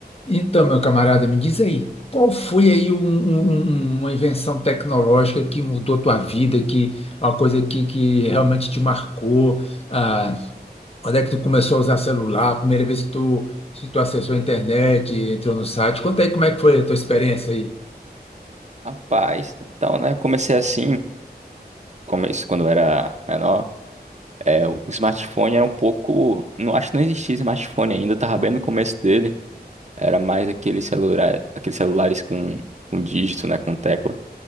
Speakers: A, on the left (about 35°); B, on the right (about 45°).
A: Então, meu camarada, me diz aí, qual foi aí um- um- um- uma invenção tecnológica que mudou tua vida, que uma coisa que, que realmente te marcou? Ah, quando é que tu começou a usar celular? A primeira vez que tu, que tu acessou a internet, entrou no site? Conta aí como é que foi a tua experiência aí.
B: Rapaz, então, né? eu Comecei assim, começo quando eu era menor. É, o smartphone era um pouco. Não acho que não existia smartphone ainda, eu tava bem no começo dele. Era mais aquele celular, aqueles celulares com, com dígito, né? Com tecla.